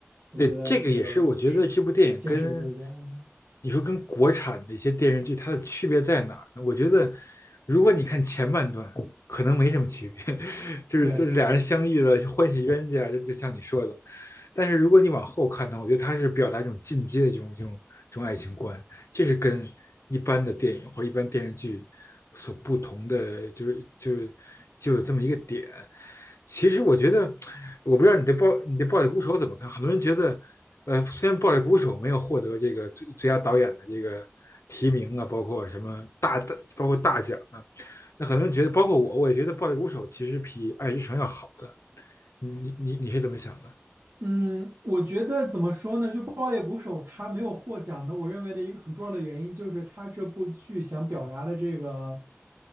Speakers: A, on the right (about 65°); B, on the left (about 80°).
A: 我觉得这个是现实就是这样子，
B: 对，这个也是我觉得这部电影跟你说跟国产的一些电视剧它的区别在哪儿呢？我觉得如果你看前半段，可能没什么区别，<laughs> 就是这俩人相遇了，
A: 对。
B: 欢喜冤家，就就像你说的。但是如果你往后看呢，我觉得它是表达一种进阶的这种这种这种爱情观，这是跟一般的电影或一般电视剧所不同的，就是就是就有这么一个点。其实我觉得，我不知道你对暴你对暴力鼓手怎么看？很多人觉得，呃，虽然暴力鼓手没有获得这个最最佳导演的这个提名啊，包括什么大的，包括大奖啊，那很多人觉得，包括我，我也觉得暴力鼓手其实比爱之城要好的。你你你是怎么想的？
A: 嗯，我觉得怎么说呢？就《爆裂鼓手》他没有获奖的，我认为的一个很重要的原因就是他这部剧想表达的这个